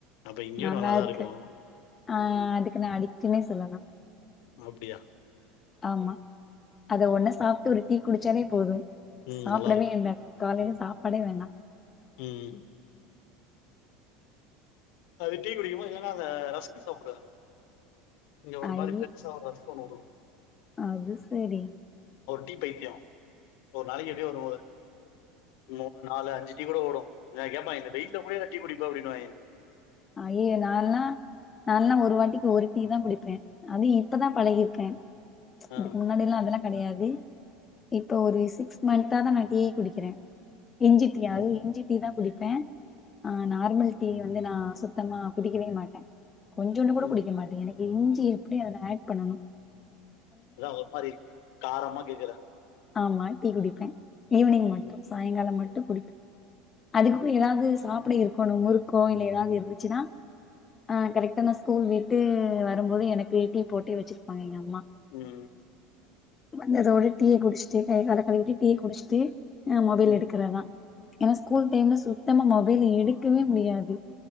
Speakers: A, on the left; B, on the left.
A: அப்ப இங்கேயும்
B: நல்லாருக்கு
A: நல்லாதான் இருக்கும்.
B: ஆஹ் அதுக்கு நா அடிக்ட்னே சொல்லலா
A: அப்டியா?
B: ஆமா அத ஒன்ன சாப்ட்டு ஒரு டீ குடிச்சாலே போது
A: உம் நல்
B: உடனே என்ன காலைல சாப்பாடே வேணா
A: உம் அது டீ குடிக்குபோ எதனா த ரஸ்க்கு சாப்டுவ நீங்க ஒரு மாரி
B: ஐ
A: டென்சனா பேச <unintelligible>
B: அது செரி
A: டீ பயித்தியொ ஒரு நாளைக்கு எப்டியு ஒரு மூனு நாலு அஞ்சு டீ கூட ஓடு எல்லா கேப்பாங்க இந்த வெய்ல கூட டீ குடிப்ப அப்டினுவாக
B: அய்யியோ நா எல்லா நா எல்லா ஒரு வாட்டிக்கு ஒரு டீ தா குடிப் ப அது இப்பதா பழகிருக்க ப்ச்
A: ஆ.
B: இதுக்கு முன்னாடி எல்லா அதெல்லா கெடையாது இப்ப ஒரு சிக்ஸ் மன்த்தாதா நா டீயே குடிக்கிறே இஞ்சி டீ
A: ம்.
B: அதுவு இஞ்சி டீதா குடிப் ப்பே ஆஹ் நார்மல் டீ வந்து நா சுத்தமா குடிக்கவே மாட்டே கொஞ்சுன்ட்டு கூட
A: ம்.
B: குடிக்க மாட்டே எனக் இஞ்சி எப்டியு அதுல ஆட் பண்ணணும்
A: அதா ஒரு மாரி காரமா கேக்குற
B: ஆமா டீ குடிப்பேன் ஈவ்னிங் மட்டும்
A: ம்.
B: சாய்ங்காலம் மட் டு குடிப்பே அதுக்கும் எதாவது சாப்ட இருக்கனு முறுக்கோ இல்ல எதாவது இரு ச்சுனா ஆஹ் கரெக்ட்டா நா ஸ்கூல் விட்டு வரும்போது எனக்கு டீ போட்டே வச்சிருப்பாங்க எங்க அம்மா
A: உம்
B: வந்ததோட டீய குடுச்ட்டு கைய கால கழுவிட்டு டீ குடுச்ட்டு ஆஹ் மொபைல்
A: ம்.
B: எடுக்றதா ஏனா ஸ்கூல் டைம்ல சுத்தமா மொபைல் எடுக்கவே முடியாது